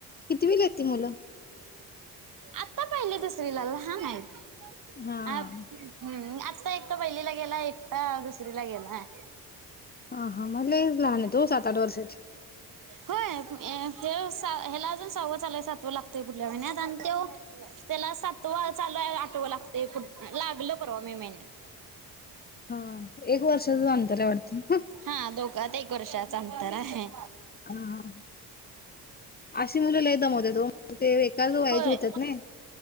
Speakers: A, on the left; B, on the right.
A: कितीवीला आहेत ती मुल
B: आता पाहिलि दुसरीला लहान आहे
A: हा.
B: अ हम आत्ता एकट पहिलीला गेलाय एकट दुसरीला गेलाय
A: हा हा म लईच लहान आहेत ओ सात आठ वर्षाची
B: होय तो ह्याला अजून सहाव चालू हाय सातवं लागतंय पुढल्या महिन्यात आणि तो त्याला सातव चालू हाय आठवा लागतय लागलं परवा मे महिन्यात
A: हा एक वर्षाच अंतर हाय वाटतं
B: हा दोघात एक वर्षाच अंतर हाय
A: हा. अशी मुलं लय दमवत्यात ओ ते एकाच वयाची
B: होय
A: होत्यात नई.